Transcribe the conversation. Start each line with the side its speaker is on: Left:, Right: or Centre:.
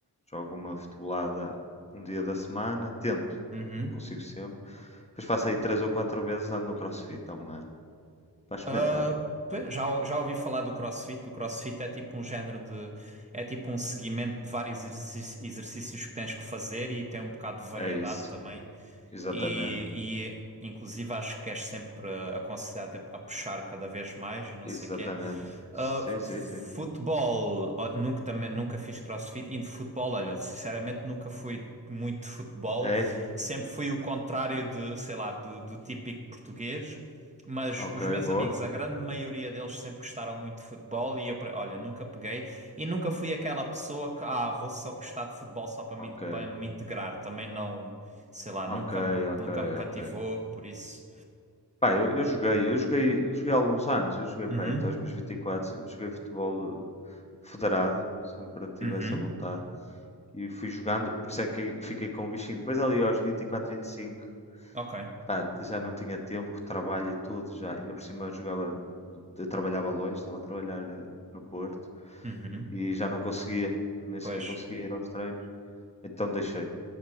Left: Jogo uma futebolada um dia da semana, tento,
Right: Uhum.
Left: não consigo sempre. Depois faço aí três ou quatro vezes, ando no CrossFit há um ano. Para experimentar.
Right: Ah, pe- já, ou- já ouvi falar do CrossFit. O CrossFit é tipo um género de. É tipo um seguimento de vários exerci- exercícios que tens que fazer e tem um bocado de variedade
Left: É isso.
Right: também.
Left: Exatamente.
Right: E, e inclusive acho que és sempre ah, aconselhado a puxar cada vez mais e não
Left: Exatamente.
Right: sei o quê. Ah,
Left: Sim, sim,
Right: futebol,
Left: sim, sim.
Right: ó, nunca também nunca fiz CrossFit e de futebol, olha, sinceramente nunca fui muito de futebol.
Left: É?
Right: Sempre fui o contrário de, sei lá, do, do típico português. Mas
Left: Ok,
Right: os meus
Left: boa.
Right: amigos, a grande maioria deles sempre gostaram muito de futebol e eu, pre- olha, nunca peguei e nunca fui aquela pessoa que, ah, vou só gostar de futebol só para
Left: Ok.
Right: me, para me integrar. Também não, sei lá,
Left: Ok,
Right: nunca, me-
Left: ok,
Right: nunca me cativou,
Left: ok.
Right: por isso.
Left: Pá, eu, eu joguei, eu joguei, eu joguei há alguns anos, eu joguei pá,
Right: Uhum,
Left: até aos meus 24, sempre joguei futebol eh, federado, sempre tive
Right: uhum,
Left: essa vontade e fui jogando, por isso é que fiquei com o bichinho. Depois ali aos 24, 25,
Right: ok,
Left: pá, já não tinha tempo, trabalho e tudo, já ainda por cima eu jogava, eu trabalhava longe, estava a trabalhar eh, no Porto
Right: uhum,
Left: e já não conseguia, nem
Right: pois,
Left: sequer conseguia ir aos treinos, então deixei.